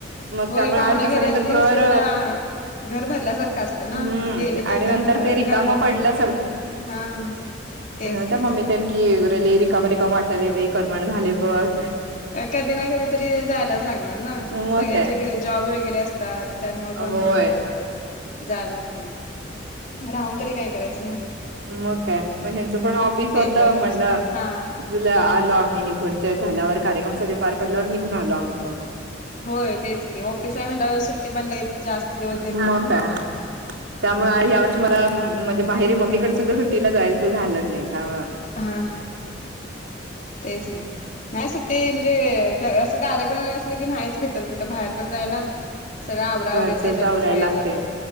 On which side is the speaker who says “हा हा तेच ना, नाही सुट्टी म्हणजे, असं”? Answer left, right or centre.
Left